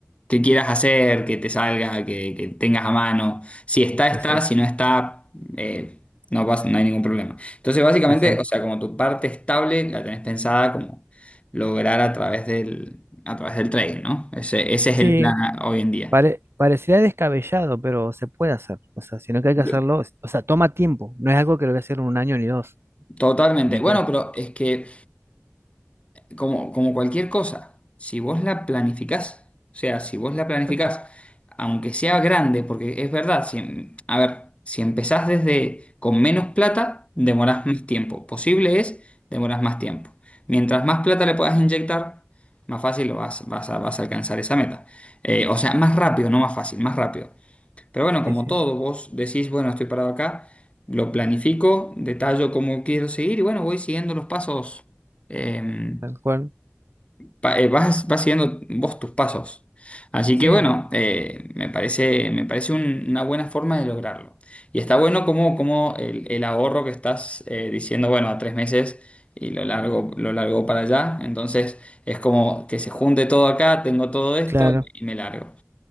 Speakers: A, on the left; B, on the right.
A: que quieras hacer, que te salga, que, que tengas a mano. Si está, está,
B: exacto,
A: si no está, eh, no vas- no hay ningún problema. Entonces, básicamente,
B: exacto.
A: o sea, como tu parte estable la tenés pensada como lograr a través del, a través del trading, ¿no? Ese, ese
B: Sí,
A: es el plan a- hoy en día.
B: pare, parecería descabellado, pero se puede hacer. O sea, sino que hay que
A: Yo-
B: hacerlo, o sea, toma tiempo. No es algo que lo voy a hacer en un año, ni dos,
A: Totalmente.
B: ni
A: Bueno,
B: tres.
A: pero es que como, como cualquier cosa, si vos la planificás, o sea, si vos la planificás,
B: Exacto.
A: aunque sea grande, porque es verdad, si, em- a ver, si empezás desde con menos plata, demorás más tiempo. Posible es, demorás más tiempo. Mientras más plata le puedas inyectar, más fácil lo vas, vas a, vas a alcanzar esa meta. Eh, o sea, más rápido, no más fácil, más rápido. Pero bueno,
B: Sí,
A: como
B: sí,
A: todo, vos decís, bueno, estoy parado acá, lo planifico, detallo cómo quiero seguir y bueno, voy siguiendo los pasos. em,
B: tal cual.
A: pa- eh, vas, vas siguiendo vos tus pasos. Así
B: Sí,
A: que bueno, eh, me parece, me parece un- una buena forma de lograrlo. Y está bueno como, como el, el ahorro que estás eh, diciendo, bueno, a tres meses y lo largo, lo largo para allá. Entonces es como que se junte todo acá, tengo todo esto
B: claro.
A: y me largo.